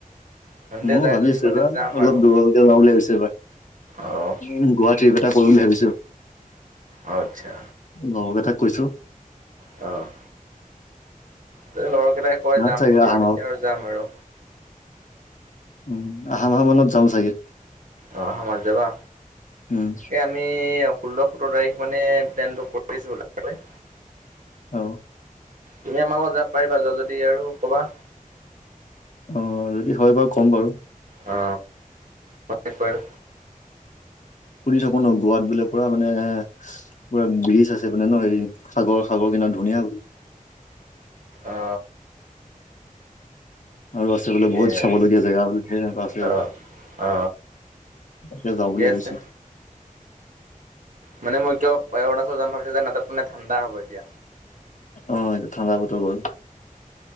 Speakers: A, on the right; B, on the left.
A: সিহঁতে
B: মযও
A: যায়
B: ভাবি
A: যদি
B: আছো
A: মানে
B: এইবাৰ
A: যাম
B: অলপ
A: আৰু।
B: দূৰলৈকে যাওঁ বুলি ভাবিছো এইবাৰ।
A: অ',
B: উম গোৱা ট্ৰিপ এটা কৰিম বুলি ভাবিছো।
A: অ আচ্ছা।
B: লগৰ কেইটাক কৈছো।
A: অ। যদি লগৰ কেইটাই কয় যাম
B: চাগে
A: বুলি
B: অহা
A: আৰু
B: মাহত
A: তেতিয়া আৰু যাম আৰু।
B: উম, আহা মাহ মানত যাম চাগে।
A: অ, অহা মাহত যাবা,
B: উম
A: ইয়াত আমি ষোল্ল সোতৰ তাৰিখ মানে প্লেনটো কৰিছোঁ লাহেকৈ।
B: অ।
A: তুমি আমাৰ লগত যাব পাৰিবা যোৱা যদি আৰু ক'বা।
B: অ যদি হয় বাৰু কম বাৰু।
A: অ, প্ৰত্যেকবাৰ।
B: শুনি থাকো ন গোৱাত বোলে পুৰা মানে পুৰা ব্ৰিজ আছে মানে ন হেৰি সাগৰ সাগৰ কিনাত ধুনীয়া
A: অ।
B: আৰু আছে
A: ঠিকে
B: বোলে বহুত চাবলগীয়া
A: আছে
B: জেগা বোলে ধেৰ এনেকুৱা আছে
A: আহ
B: আৰু।
A: অ
B: এতিয়া যাওঁ
A: ঠিকে
B: বুলি ভাবিছোঁ।
A: আছে মানে মই কিয় অৰুণাচলত যাম বুলি ভাবিছোঁ মানে ঠাণ্ডা হ'ব এতিয়া।
B: অ এইটো ঠাণ্ডা বতৰ গ'ল।